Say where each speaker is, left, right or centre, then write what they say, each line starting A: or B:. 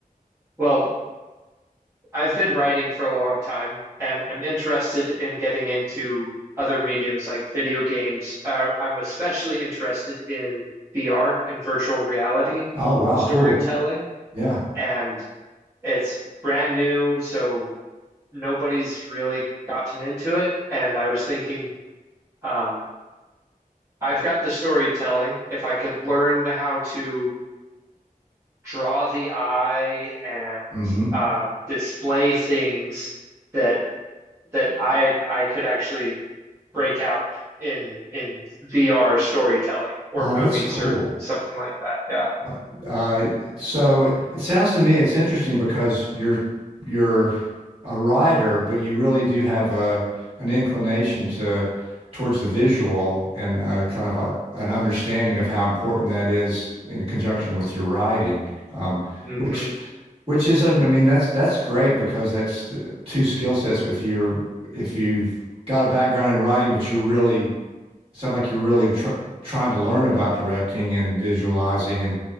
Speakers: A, on the right (about 20°); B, on the right (about 40°).
A: well, I've been writing for a long time, and I'm interested in getting into other mediums like video games. Uh, I'm especially interested in VR, in virtual reality
B: Oh, wow.
A: storytelling,
B: Cool. Yeah.
A: and it's brand new, so nobody's really gotten into it. And I was thinking, um, I've got the storytelling. If I could learn how to draw the eye and
B: Mm-hmm.
A: uh, display things that that I I could actually break out in in VR storytelling or
B: Oh,
A: movies
B: that's cool.
A: or something like that. Yeah.
B: Well, Uh, so it sounds to me it's interesting because you're you're a writer, but you really do have a an inclination to towards the visual and uh, kind of a, an understanding of how important that is in conjunction with your writing. Um,
A: hmm
B: which which is un- I mean that's that's great because that's the two skill sets if you're if you've got a background in writing, but you're really sound like you're really tr trying to learn about directing and visualizing and